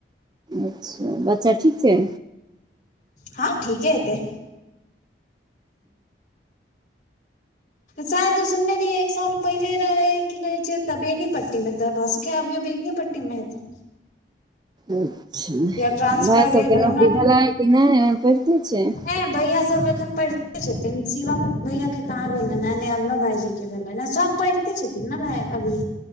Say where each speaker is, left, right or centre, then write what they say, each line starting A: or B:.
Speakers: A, on the right; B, on the left.
A: अच्छा बच्चा ठीक छै?
B: हँ ठीके हेतै। शायद सुनने रहिये एक साल पहिले रहे कीे कहै छ तऽ बेनी पट्टी में तऽ भ क अभि अ बेनीयेपट्टी मे हतैऽ
A: अच्छा
B: या ट्रांसफर
A: भाइ सबके
B: भेल होय
A: नौकरी
B: हमरा
A: भेलै कि नहि? अखन पढ़िते छै?
B: ह भैया सब एखन पढ़ते। छथिन शिवमो भैया के कहाँ भेलनि हैं ने अरनव भाईजी के भेलनि हेँ सभ पइढ़ पैढ़ते छथिन ने भाय अभी।